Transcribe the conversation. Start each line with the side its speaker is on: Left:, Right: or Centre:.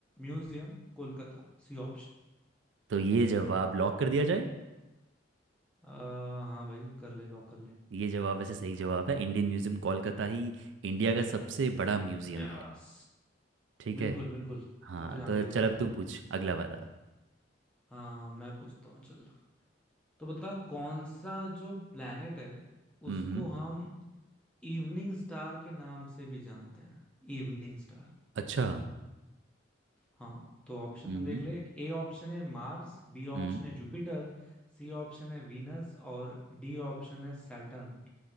Centre: Museum Kolkata C option
Right: तो ये जवाब लॉक कर दिया जाए
Centre: हाँ भाई कर ले लॉक कर ले
Right: ये जवाब वैसे सही जवाब है इंडियन म्यूजियम कोलकाता ही इंडिया का सबसे बड़ा म्यूजियम
Centre: यस
Right: है ठीक
Centre: बिल्कुल
Right: है
Centre: बिल्कुल
Right: हाँ
Centre: मैं तो जानते
Right: तो चल
Centre: ही था
Right: अब तू पूछ अगला वाला
Centre: हाँ मैं पूछता हूँ चल तो बता कौन सा जो प्लेनेट है
Right: हम्म
Centre: उसको हम इवनिंग स्टार के नाम से भी जानते हैं इवनिंग स्टार
Right: अच्छा
Centre: हाँ तो ऑप्शन
Right: हम्म
Centre: देख ले ए ऑप्शन है मार्स बी
Right: हम्म
Centre: ऑप्शन है जुपिटर सी ऑप्शन है वीनस और डी ऑप्शन है सैटर्न